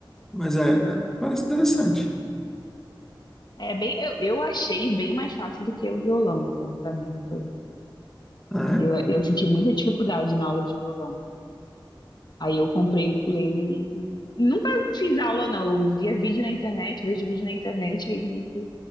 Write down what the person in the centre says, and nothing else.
mas é, é, parece interessante.
né?
é?